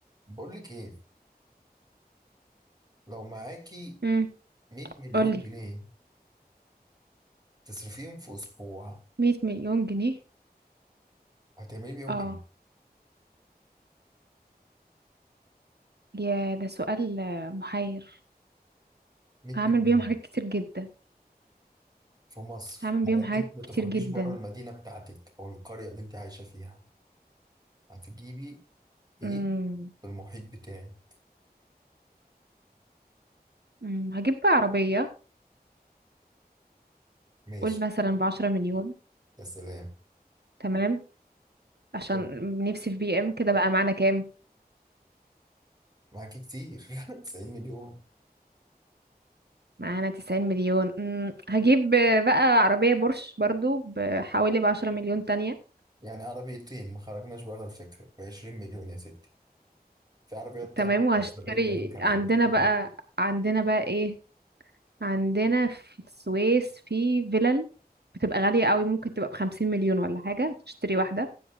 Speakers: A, on the right; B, on the right.
A: بقول لك ايه لو معاكي
B: امم
A: 100 مليون
B: قولي
A: جنيه تصرفيهم في اسبوع
B: 100 مليون جنيه
A: هتعملي بيهم
B: اه
A: ايه
B: يا ده سؤال آه، محير
A: 100
B: هعمل
A: مليون
B: بيهم
A: جنيه
B: حاجات كتير جدا
A: في مصر
B: هعمل بيهم
A: على قد
B: حاجات
A: انت ما تخرجيش
B: كتير جدا
A: بره المدينه بتاعتك او القريه اللي انت عايشه فيها هتجيبي ايه
B: امم
A: في المحيط بتاعي
B: أمم، هجيب بقى عربية
A: ماشي
B: قول مثلا بعشرة مليون
A: يا سلام
B: تمام عشان
A: حلو.
B: نفسي في بي ام كده بقى معانا كام
A: معاكي كتير <laughs> 90 مليون
B: معانا تسعين مليون أمم، هجيب آه، بقى عربية بورش برضو بحوالي بعشرة مليون تانية
A: يعني عربيتين ما خرجناش بره الفكره ب 20 مليون يا ستي في عربيات
B: تمام
A: تعمل
B: وهشتري
A: 40 مليون كمان
B: عندنا بقى عندنا بقى ايه عندنا في السويس في فيلل بتبقى غالية قوي ممكن تبقى بخمسين مليون ولا حاجة تشتري واحدة